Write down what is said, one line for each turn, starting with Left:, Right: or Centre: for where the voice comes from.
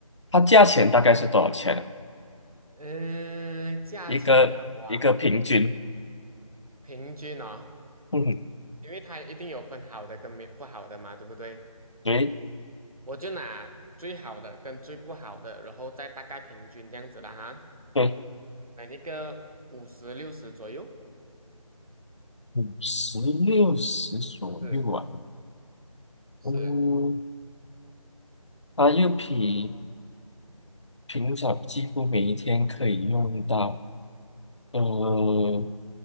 Left: 它价钱大概是多少钱啊？
Right: 嗯，价钱呐，
Left: 一个一个平均，
Right: 哇，平均哦，
Left: 嗯哼，
Right: 因为它一定有分好的跟没不好的嘛，对不对？
Left: 对
Right: 我就拿最好的跟最不好的，然后再大概平均这样子了哈，
Left: 对，
Right: 可能一个五十六十左右。
Left: 五十六十左右啊。
Right: 是是，
Left: 嗯，它又比平常几乎每一天可以用到，呃，